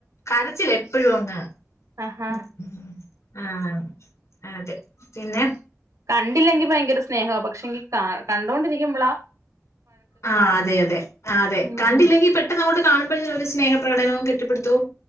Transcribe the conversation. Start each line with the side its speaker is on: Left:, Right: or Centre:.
Left: കരച്ചില എപ്പോഴും അങ്
Right: ആഹാ
Left: ഉം ആഹ് അതെ പിന്നെ
Right: കണ്ടില്ലെങ്കി ഭയങ്കര സ്നേഹ പക്ഷെങ്കി കണ്ടുകൊണ്ടിരിക്കുമ്പോളാ
Left: ആഹ് അതെ അതെ അതെ
Right: ഉം
Left: കണ്ടില്ലെങ്കിൽ പെ ട്ടങ്ങോട്ട് കാണുമ്പോഴക്ക് ഒരു സ്നഹപകടനവും കെട്ടിടുത്തവും